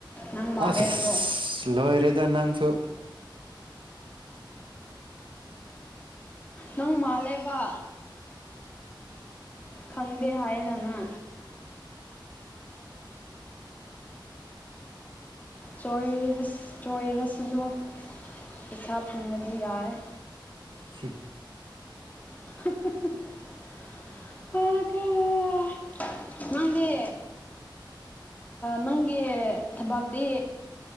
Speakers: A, on the left; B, on the right.
A: ꯅꯪ ꯃꯥꯜꯂꯦ
B: ꯑꯁ
A: ꯑꯗꯣ
B: ꯂꯣ ꯑꯦꯔꯦꯗ ꯅꯅꯥꯪꯁꯨ
A: ꯅꯪ ꯃꯥꯜꯂꯦꯕ ꯈꯪꯗꯦ ꯍꯥꯏꯅꯉ ꯆꯔ ꯆꯣꯏꯔꯁꯗꯣꯝ ꯏꯁꯩꯁꯥ ꯐꯅꯕꯤ ꯌꯥꯏ
B: <inaudible>
A: <inaudible> ꯒ ꯃꯗꯦ ꯅꯪꯒꯤ ꯊꯕꯇꯤ